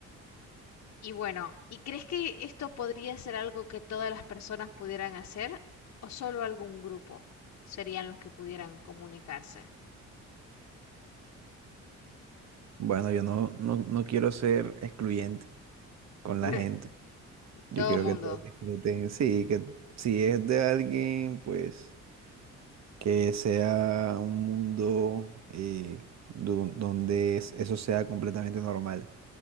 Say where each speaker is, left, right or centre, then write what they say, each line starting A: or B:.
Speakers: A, on the left; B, on the right.
A: Y bueno, ¿y crees que esto podría ser algo que todas las personas pudieran hacer o solo algún grupo serían los que pudieran comunicarse?
B: Bueno, yo no, no, no quiero ser excluyente. con la
A: <laughs>
B: gente. Yo
A: Todo
B: quiero
A: mundo.
B: que todos disfruten. Sí, que si es de alguien, pues que sea un mundo eh, do- donde es- eso sea completamente normal,